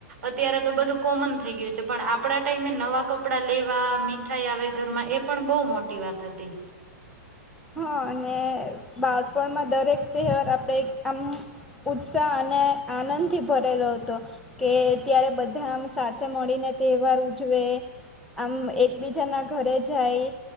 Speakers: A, on the right; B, in the centre.
A: અત્યારે તો બધું કોમન થઈ ગયું છે પણ આપડા ટાઈમે નવા કપડાં લેવા મીઠાઈ આવે ઘરમાં એ પણ બહુ મોટી વાત હતી
B: હા અને બાળપણમાં દરેક તહેવાર આપડે આમ ઉત્સાહ અને આનંદ થી ભરેલો હતો કે ત્યારે બધા આમ સાથે મળીને તહેવાર ઉજવે આમ એકબીજાના ઘરે જાય